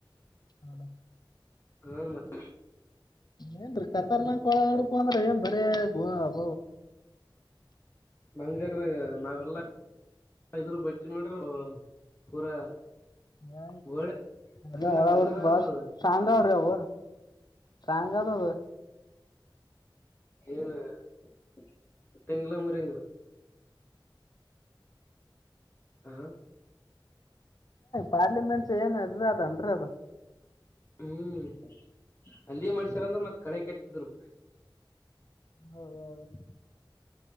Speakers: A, on the left; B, on the left.
A: ಹೌದ
B: ಹಾ ಮತ್ತ
A: ಏನ್ ಕತನ ಕೊ ಹಂದ್ರ ಏ ಬರ ಗು ಅಬ
B: ನಂಗಾರ ನಾಗಲ್ಲ ಇದ್ರ ಬಟ್ಟಿ ನೋಡ್ರೆ ಪೂರಾ
A: ಹ
B: ಗೋಲ್ಡ್
A: ಅಲ್ಲ
B: ಖಜಾನ ಖಜಾನ
A: ಹೊರ ಬಸ್
B: ಅದ ಅದು.
A: ಸಗ ಅವರಾವ ಸಗ ತದು
B: ಏನುಟ್ಟೆಂಗ ಮುರಂಗ ಹಾ
A: ಪಾರ್ಲಿಮೆಂಟ್ಸ್ ಏನ್ ಅದ್ರ ಅದನ್ ಅದ
B: ಹ್ಮ್ ಅಲ್ಲಿಯ ಮಾಡ್ಸ್ಯಾರಂದ್ರ ಮತ್ತ್ ಕಳ ಕೆಟ್ತಿದ್ರು
A: ಹೌದೌದು